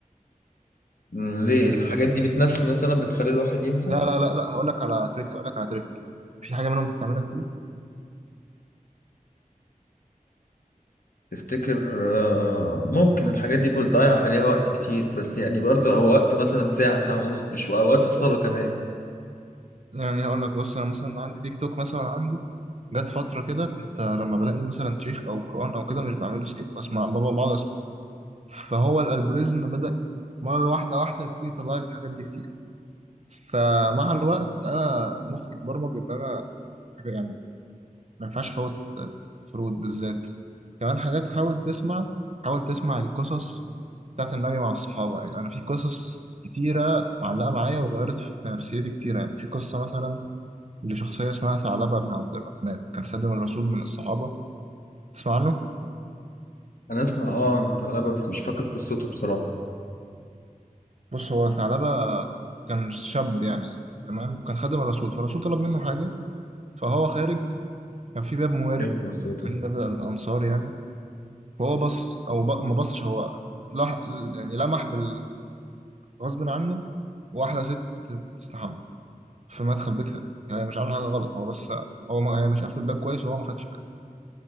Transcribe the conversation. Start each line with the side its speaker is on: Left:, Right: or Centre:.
Left: م، ليه الحاجات دي بتنسي مثلا بتخلي الواحد ينسى
Right: لا لا لا لا هقول لك على تريك هقول لك على تريك في حاجة منهم بتستعملها كتير
Left: تفتكر آه، ممكن الحاجات دي بتضيع عليها وقت كتير بس يعني برضو اوقات مثلا ساعه ساعه ونص مش اوقات الصلاه كمان
Right: يعني هقول لك بص انا مثلا عندي تيك توك مثلا عندي جت فتره كده كنت لما بلاقي مثلا شيخ او قران او كده مش بعمله سكيب بسمع بابا بقعد اسمع فهو الالجوريزم بدا مره واحده واحده يبتدي يطلع لي الحاجات دي كتير فمع الوقت انا مخي اتبرمج ان انا حاجه يعني ما ينفعش فوت فروض بالذات كمان حاجات حاول تسمع حاول تسمع القصص بتاعت النبي مع الصحابه يعني انا في قصص كتيره معلقه معايا وغيرت في نفسيتي كتير يعني في قصه مثلا لشخصية اسمها ثعلبة بن عبد الرحمن كان خادم الرسول من الصحابة تسمع عنه
Left: انا اسمع اه انت علبة بس مش فاكر قصته بصراحه
Right: بص هو ثعلبة كان شاب يعني تمام كان خادم الرسول فالرسول طلب منه حاجة فهو خارج كان في باب موارب
Left: إيه قصته
Right: من باب الأنصار يعني فهو بص أو ب... ما بصش هو لح... يعني لمح بال غصب عنه واحدة ست تستحمى في مدخل بيتها يعني هي مش عاملة حاجة غلط هو بس هو ما... هي مش قافلة الباب كويس وهو ما خدش باله